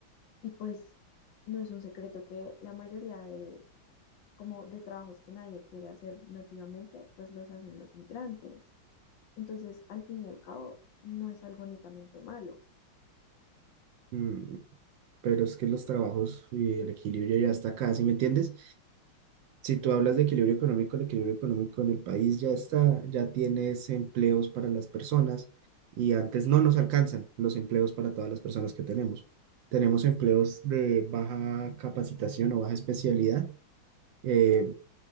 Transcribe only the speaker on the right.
Mm, pero es que los trabajos y el equilibrio ya está acá, ¿sí me entiendes? Si tú hablas de equilibrio económico, el equilibrio económico en el país ya está, ya tienes empleos para las personas y antes no nos alcanzan los empleos para todas las personas que tenemos. Tenemos empleos de baja capacitación o baja especialidad, eh,